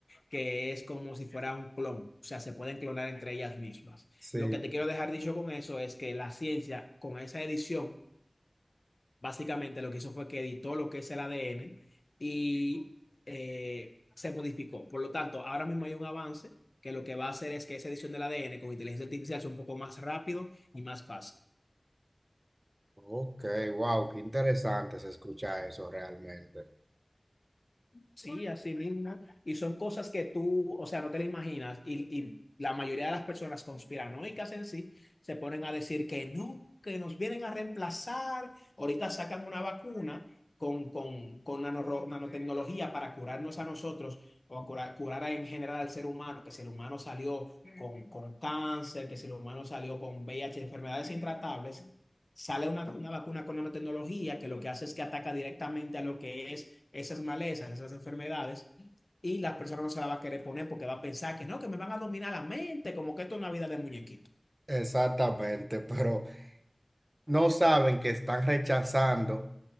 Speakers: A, on the left; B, on the right.
A: que es como si fuera un clon. O sea, se pueden clonar entre ellas mismas.
B: sí.
A: Lo que te quiero dejar dicho con eso es que la ciencia, con esa edición, básicamente lo que hizo fue que editó lo que es el ADN y eh, se modificó. Por lo tanto, ahora mismo hay un avance que lo que va a hacer es que esa edición del ADN con inteligencia artificial sea un poco más rápido y más fácil.
B: Ok, wow, qué interesante se escucha eso realmente.
A: Sí, así mismo. Y son cosas que tú, o sea, no te las imaginas. Y, y la mayoría de las personas conspiranoicas en sí se ponen a decir que no, que nos vienen a reemplazar. Ahorita sacan una vacuna con, con, con nanoro- nanotecnología para curarnos a nosotros o a curar, curar en general al ser humano, que si el humano salió con, con cáncer, que si el humano salió con V I h enfermedades intratables. Sale una, una vacuna con nanotecnología que lo que hace es que ataca directamente a lo que es esas malezas, esas enfermedades, y la persona no se la va a querer poner porque va a pensar que no, que me van a dominar la mente, como que esto es una vida de muñequito.
B: Exactamente, pero no saben que están rechazando